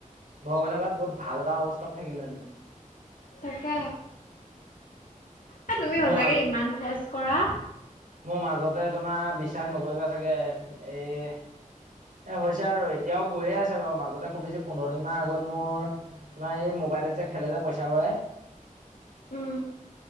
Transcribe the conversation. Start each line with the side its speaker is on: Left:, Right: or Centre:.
Right: ভগৱানে কোৱাত বহুত ভাল এটা অৱস্থাত থাকিলেহেঁতেনে।
Left: তাকে, এ তুমি
Right: মোৰ
Left: সচাকে
Right: মাজ
Left: ইমান খৰচ কৰা।
Right: মোৰ মাজতে তোমাৰ বিশ্বাস নকৰিবা চাগে এ, এ হৈছে আৰু এ এতিয়াও গৈয়ে আছে বাৰু, মাজতে খুব বেছি পোন্ধৰ দিনমান আগত মোৰ তোমাৰ এই মোবাইলত যে খেলে যে পইচা পায়।
Left: উম